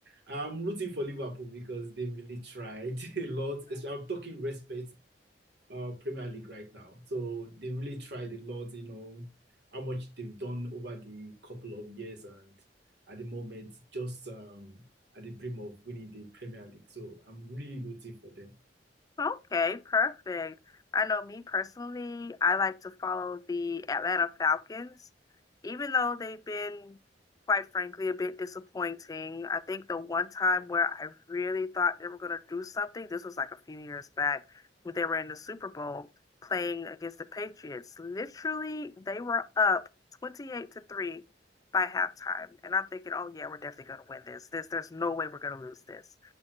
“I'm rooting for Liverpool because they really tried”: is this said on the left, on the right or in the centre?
Right